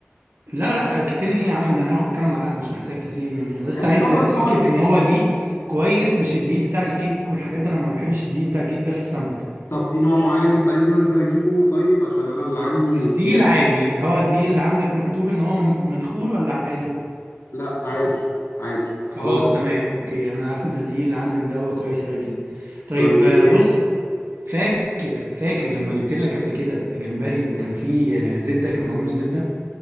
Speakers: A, on the right; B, on the left.
A: لا لا آه، كيسين ايه يا عم ده انا هاخد كام معلقه مش محتاج كيسين يعني بس
B: يعني
A: عايز
B: طبق
A: اتاكد
B: صغير
A: ان هو دقيق كويس مش الدقيق بتاع الكيك والحاجات ده انا ما بحبش الدقيق بتاع الكيك ده في السمك
B: طب في نوع معين انت عايزني انزل اجيبه طيب عشان انا اللي عندي
A: الدي
B: اكياس
A: العادي هو الدي اللي عندك مكتوب ان هو من- منخول ولا عادي
B: لا عادي عادي
A: خلاص
B: خلاص
A: تمام اوكي انا هاخد الدي اللي عندك ده هو كويس قوي كده طيب
B: طيب ايه
A: آه،
B: تاني
A: بص فاكر فاكر لما جبت لك قبل كده جمبري وكان فيه آه، زبده كان معمول بالزبده